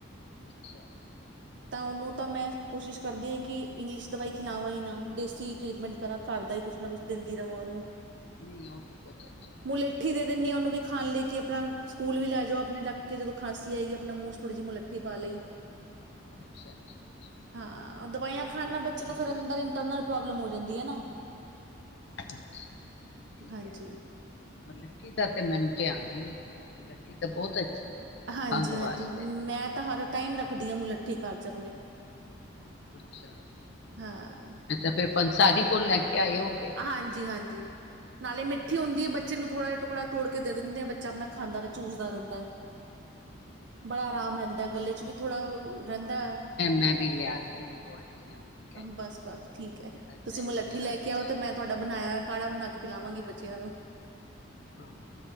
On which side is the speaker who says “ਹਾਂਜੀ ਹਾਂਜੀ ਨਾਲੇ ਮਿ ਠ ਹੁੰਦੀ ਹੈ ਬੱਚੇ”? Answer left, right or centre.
Right